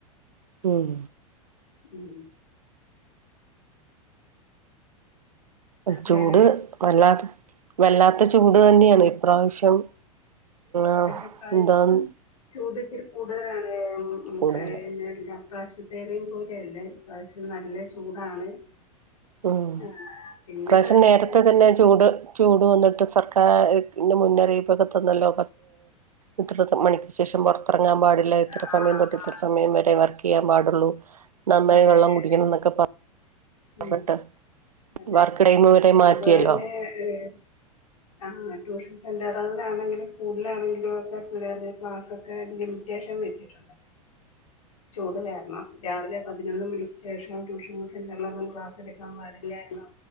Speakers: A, on the right; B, on the left.
A: ഉം
B: ഉം
A: ചൂട്
B: വേറെ
A: വല്ലാത്ത വല്ലാത്ത ചൂട് തന്നെയാണ് ഇപ്രാവശ്യം ആഹ്
B: അല്ല ഇപ്രാവശ്യം
A: എന്താന്ന്
B: ചൂട് ഇച്ചരി കൂടുതലാണ് എങ്ങ <unintelligible>
A: കൂടുതല്
B: ഈ പ്രാവശ്യത്തേനും പോലെയല്ല ഈ പ്രാവശ്യം നല്ല ചൂടാണ്
A: ഉം
B: ആ പിന്നെ
A: ഈ പ്രാവശ്യം
B: ആ
A: നേരത്തെ
B: ചൂ
A: തന്നെ ചൂട് ചൂട് വന്നട്ട് സർക്കേ മുന്നറീപ്പൊക്കെ തന്നല്ലോ ഇത്ര മണിക്ക് ശേഷം വ ത്തിറങ്ങാൻ പാടില്ല ഇത്ര
B: ആ
A: സമയം തൊട്ട്
B: ആ,
A: ഇത്ര സമയം വരെ വർക്ക്യ്യാൻ പാടുള്ളൂ നന്നായി
B: അതെ
A: വെള്ളം
B: അതെ
A: കുടിക്കണം
B: അതെ
A: എന്നൊക്കെ പറഞ്ഞിട്ട്
B: ഉം അതെ
A: വർക്ക് ടൈം വരെ മാറ്റിയല്ലോ
B: അതുപോലെതന്നെ ഏഹ് ആ ട്യൂഷൻ സെന്ററിലാണെങ്കിലും സ്കൂളിലാണകിലും ഒക്കെ പിള്ളേരുടെ ക്ലാസ്ക്കെ ലിമിറ്റേഷൻ വെച്ചിട്ടുണ്ട്
A: <unintelligible>
B: ചൂട് കാരണം രാവിലെ പതിനൊന്ന് മണിക്ക് ശേഷം ട്യൂഷൻ സെന്റർ അന്നേരം ക്ലാസ്സെടുക്കാൻ പാടില്ലെന്നോ